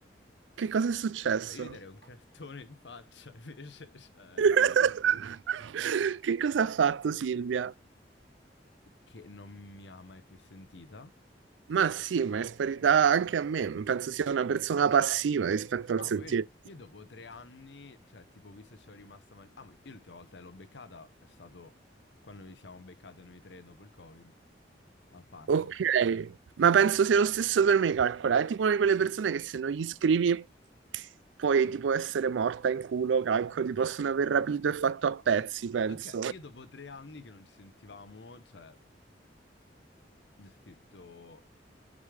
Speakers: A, on the right; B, on the left.
A: che cosa è successo?
B: Io gli darei un cartone in faccia, <laughs> invece, cioè,
A: <laughs> Che cosa ha fatto Silvia?
B: che non mi ha mai più sentita.
A: Ma sì, ma è sparita anche a me. Penso sia una persona passiva rispetto
B: Ah,
A: al sentiero.
B: ma io, io dopo tre anni, cioè, tipo, visto che ci ho rimasta male... Ah, ma io l'ultima volta che l'ho beccata è stato quando ci siamo beccati noi tre dopo il Covid, al parco.
A: Ok, ma penso sia lo stesso per me, calcola. È tipo una di quelle persone che se non gli scrivi puoi tipo essere morta in culo, calcolo. Ti possono aver rapito e fatto a pezzi, penso.
B: Ok, io dopo tre anni che non ci sentivamo, cioè, gli ho scritto...